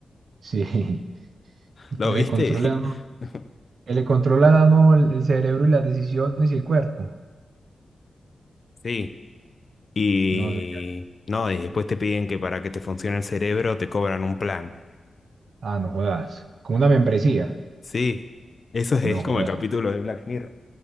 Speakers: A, on the right; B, on the left.
A: Sí, <laughs>
B: ¿Lo
A: que le
B: viste?
A: controla,
B: <laughs>
A: que le controlan a uno el, el cerebro y las decisiones y el cuerpo.
B: Sí. Y
A: No sé.
B: no, y después te piden que para que te funcione el cerebro te cobran un plan.
A: Ah, no jodas. Como una membresía.
B: Sí, eso es,
A: No
B: es como
A: jodas.
B: el capítulo de Black Mirror.